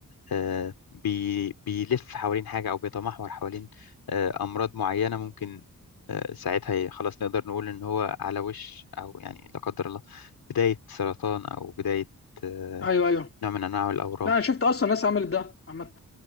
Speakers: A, on the left (about 85°); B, on the left (about 40°).
A: آه، بي- بيلف حوالين حاجة أو بيتمحور حوالين آه، أمراض معينة ممكن آه، ساعتها ي- خلاص نقدر نقول إن هو على وش أو يعني لا قدر الله بداية سرطان أو بداية آه،
B: ايوه ايوه
A: نوع من أنواع الأورام
B: لا انا شفت اصلا ناس عملت ده عامة